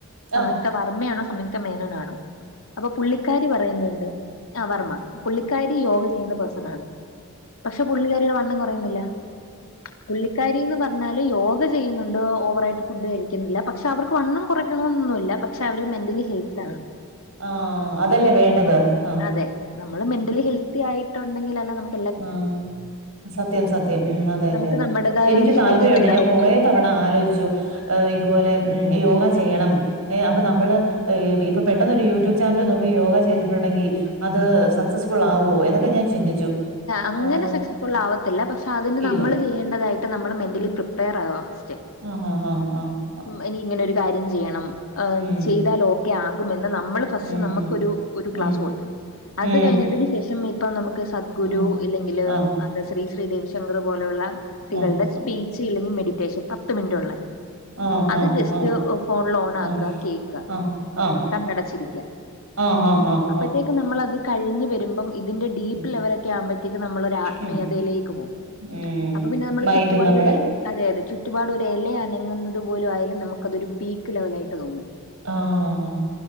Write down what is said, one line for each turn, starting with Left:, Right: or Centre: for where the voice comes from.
Left: സംയുക്ത
Right: ആ
Left: വർമ്മയാണോ സംയുക്ത മേനോനാണോ അപ്പൊ പുള്ളി ക്കാരി പറയുന്നുണ്ട് ആഹ് വർമ്മ പുള്ളിക്കാരി യോഗ ചെയ്യുന്ന പേഴ്സനാണ് പക്ഷെ പുള്ളിക്കാ രിടെ വണ്ണം കൊറയുന്നില്ല. പുള്ളിക്കാരിന്ന്‌ പറഞ്ഞാല് യോഗ ചെ ചെയ്യുന്നുണ്ട്. ഓവറായിട്ട് ഫുഡ് കഴിക്കുന്നില്ല. പക്ഷെ അവർക്ക് വണ്ണം കുറയ്ക്കണോന്നൊന്നുല്ല പക്ഷെ അവര് മെന്റലി ഹെൽ <unintelligible>
Right: ആഹ് അതല്ലേ വേണ്ടത്. ആഹ്
Left: അതെ നമ്മള് മെന്റലി ഹെൽത്തി ആയിട്ടൊണ്ടെങ്കിലല്ലെ നമു
Right: ആഹ് സത്യം സത്യം. ഉം അതെ
Left: നമുക്ക്
Right: അതെ അതെ
Left: നമ്മുടേതായ
Right: എനിക്ക്
Left: ഒരു സ്പേസ്
Right: താല്പര്യവൊണ്ട്
Left: ഉണ്ടാവും.
Right: ഞാൻ കൊറേ തവ ആലോചിച്ചു ഇതുപോലെ മ് യോഗ ചെയ്യണം. ഏ അപ്പൊ നമ്മള് ഇപ്പ പെട്ടൊന്നൊരു യൂട്യൂബ് ചാനല് നോക്കി യോഗ ചെയ്തിട്ടുണ്ടെങ്കി അത് സക്സസ്ഫുളാവോ എന്നൊക്കെ ഞാൻ ചിന്തിച്ചു
Left: അങ്ങനെ
Right: ഏഹ്
Left: സക്സസ്ഫുളാവത്തില്ല പക്ഷെ അതിന്
Right: ഇല്ല
Left: നമ്മള് ചെയ്യേണ്ടതായി ട്ട് നമ്മള് മെന്റലി പ്രിപ്പയറാവണം ഫസ്റ്റ്
Right: ആഹ് ആഹ് ആഹ് ആഹാ
Left: ഇനിക്കിങ്ങെനൊരു കാര്യം ചെയ്യണം എഹ്
Right: ഉം
Left: ചെയ്താൽ ഓക്കെ ആകുമെന്ന് നമ്മള് ഫസ്റ്റ്
Right: ഉം
Left: നമ്മുക്കൊരു ഒരു ക്ലാസുക്കൊടുക്കണം
Right: ഉം
Left: അത്
Right: ഉം
Left: കഴിഞ്ഞതിനു ശേഷം ഇപ്പോ നമ്മക്ക് സദ്ഗുരു
Right: ഉം
Left: ഇല്ലെങ്കില്
Right: ആഹ്
Left: എന്താ ശ്രീ ശ്രീ രവിശങ്കറ് പോലുള്ള വ്യക്തികള്ടെ
Right: ആഹ്
Left: സ്പീ ച്ച് ഇല്ലെങ്കി മെഡിറ്റേഷൻ പത്ത് മിനിറ്റൊള്ളേ
Right: ആഹ്
Left: അത്
Right: ആഹ്
Left: ജസ്റ്റ്
Right: ആഹ്
Left: ഫോണില് ഓണാക്ക
Right: ആഹ്
Left: കേക്കാ
Right: ആഹ് ആഹ്
Left: കണ്ണടച്ചിരിക്ക
Right: ആഹ് ആഹ് ആഹ് ആഹ്
Left: അപ്പത്തേക്ക്
Right: ആഹ്
Left: നമ്മളത് കഴിഞ്ഞ് വരുമ്പം ഇതിന്റെ ഡീപ്പ്
Right: ഉം
Left: ലെവലൊക്കെ ആക്മ്പഴത്തേക്കും നമ്മളൊരു ആത്മീയതയിലേക്ക്
Right: ഉം
Left: പോകും
Right: ഉം
Left: അപ്പൊ പിന്നെ നമ്മടെ
Right: മൈൻഡ്
Left: ചുറ്റുപാട്
Right: നമ്മടെ
Left: വരെ അതെ അതെ ചുറ്റുപാടൊരു എലെ അനങ്ങുന്നത് പോലു വായാലും നമുക്ക് അത് ഒരു പീക്ക് ലെവലായിട്ട് തോന്നും
Right: ആഹ